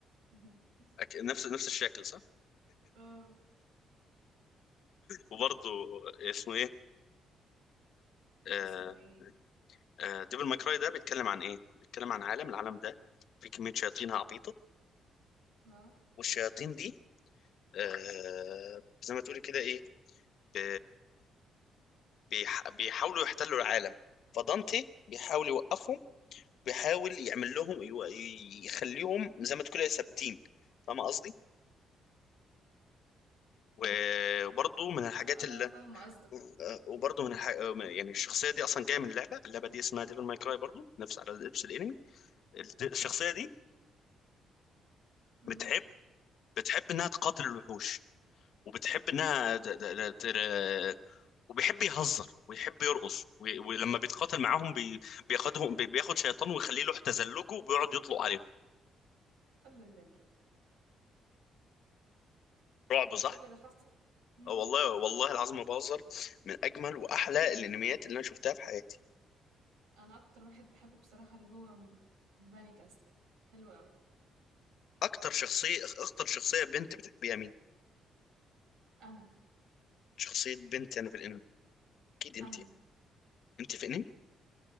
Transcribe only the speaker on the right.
<laughs>
اه
اسمه ايه
اه
اه
فاهمة قصدك
امم
اه
لا لا لا لا.
كل ده حصل امم
انا اكتر واحد بحبه بصراحة اللي هو م- الباني تاستا حلو قوي
انا
انا